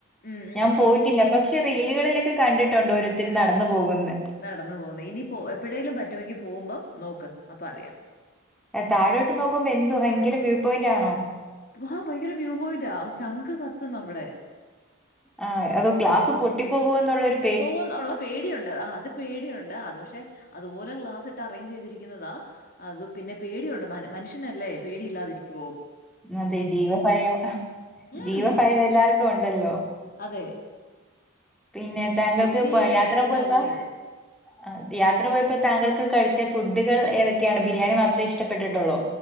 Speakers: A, on the left; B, in the centre.
A: മ് മ്
B: ഞാൻ പോയിട്ടില്ല.
A: ഇനി ഇനി
B: പക്ഷെ റീലുകളിലൊക്കെ കണ്ടിട്ടുണ്ട് ഓരോത്തര് നടന്ന് പോകുന്നെ
A: നടന്നു പോകുന്നെ ഇനി പോ എപ്പോഴേലും പറ്റുവെങ്കി പോകുമ്പം നോക്ക് അപ്പ അറിയാം
B: താഴോട്ട് നോക്കുമ്പോ എന്തു ഭയങ്കര വ്യൂ പോയിന്റാണോ
A: ആഹ് ഭയങ്കര വ്യൂ പോയിന്റാ ചങ്ക് കത്തും നമ്മടെ
B: ആഹ് അതോ ക്ലാസ് പൊട്ടി പോവോന്നുള്ളൊരു
A: പോവോന്ന് ഉള്ള പേടിയുണ്ട് ആഹ് അത് പേടിയുണ്ട് അത് പക്ഷെ അതുപോലെ ഗ്ലാസ്സിട്ട് അറേഞ്ച് ചെയ്തിരിക്കുന്നതാ അത് പിന്നെ പേടിയുണ്ട് മൻ മനുഷ്യനല്ലേ പേടി ഇല്ലാതിരിക്കുവോ
B: അതെ ജീവഫയം
A: ഉം.
B: ജീവഫയം എല്ലാർക്കുണ്ടല്ലോ
A: അതെ.
B: പിന്നെ താങ്കൾക്ക്
A: കൊച്ചി
B: പോ യാത്ര പോയപ്പൊ
A: നല്ല ഇതാ.
B: ആഹ് യാത്ര പോയപ്പോ താങ്കൾക്ക് കഴിച്ച ഫുഡുകൾ ഏതൊക്കെയാണ് ബിരിയാണി മാത്രെ ഇഷ്ടപ്പെട്ടിട്ടൊള്ളോ